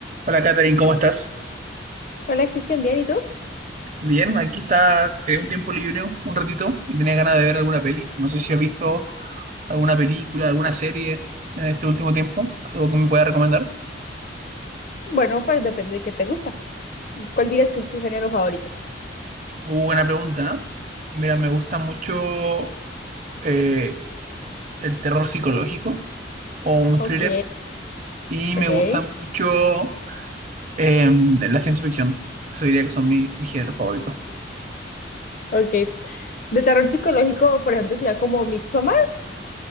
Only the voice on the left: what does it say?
Hola Cristian, ¿bien? ¿Y tú?
Bueno, pues depende de qué te gusta. ¿Cuál dirías que es tu género favorito?
Ok,
ok,
ok. De terror psicológico, por ejemplo, sería como Midsommar.